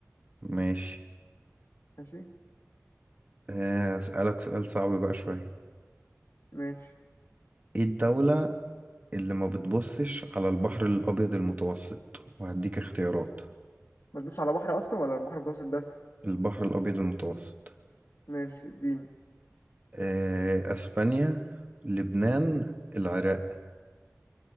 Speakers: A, on the right (about 30°); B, on the left (about 70°).
A: ماشي
B: ماشي
A: آه، اسألك سؤال صعب بقى شوية
B: ماشي
A: ايه الدولة اللي ما بتبصش على البحر الابيض المتوسط وهديك اختيارات
B: ما تدوس على بحر اصلا ولا البحر المتوسط بس
A: البحر الابيض المتوسط
B: ماشي اديني
A: آه، اسبانيا لبنان العراق